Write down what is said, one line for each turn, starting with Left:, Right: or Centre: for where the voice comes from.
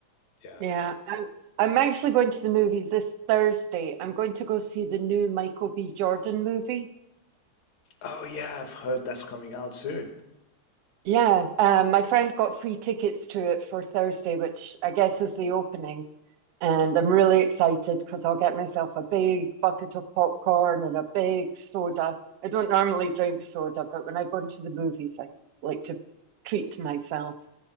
Left: Yeah.
Right: Yeah, I'm I'm actually going to the movies this Thursday. I'm going to go see the new Michael B. Jordan movie.
Left: Oh yeah, I've heard that's coming out soon.
Right: Yeah, um, my friend got free tickets to it for Thursday, which I guess is the opening. And I'm really excited because I'll get myself a big bucket of popcorn and a big soda. I don't normally drink soda, but when I go into the movies, I like to treat myself.